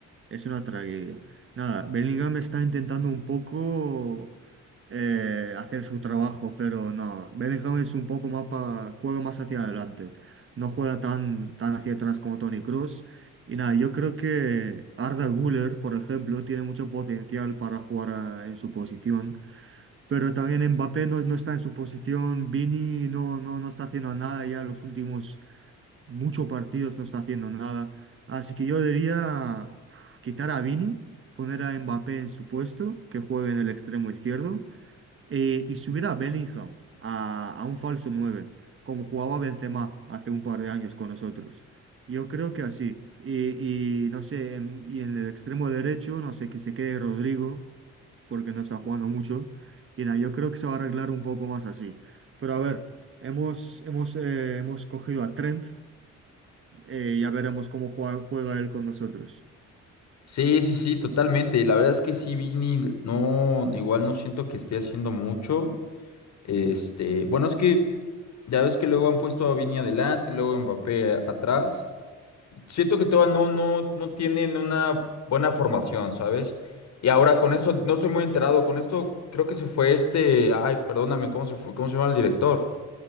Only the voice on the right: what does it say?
Es una tragedia. Nada, Bellingham está intentando un poco eh, hacer su trabajo, pero no. Bellingham es un poco más pa- juega más hacia adelante. No juega tan, tan hacia atrás como Tony Cross. Y nada, yo creo que Arda Güler, por ejemplo, tiene mucho potencial para jugar a- en su posición. Pero también Mbappé no, no está en su posición. Vini no, no, no está haciendo nada ya los últimos muchos partidos no está haciendo nada. Así que yo diría uf, quitar a Vini, poner a Mbappé en su puesto, que juegue en el extremo izquierdo, eh, y subir a Bellingham a, a un falso 9, como jugaba Benzema hace un par de años con nosotros. Yo creo que así. Y, y no sé, en- y en el extremo derecho, no sé, que se quede Rodrigo, porque no está jugando mucho. Y nada, yo creo que se va a arreglar un poco más así. Pero a ver. Hemos, hemos, eh, hemos cogido a Trent, eh, ya veremos cómo juega, juega él con nosotros.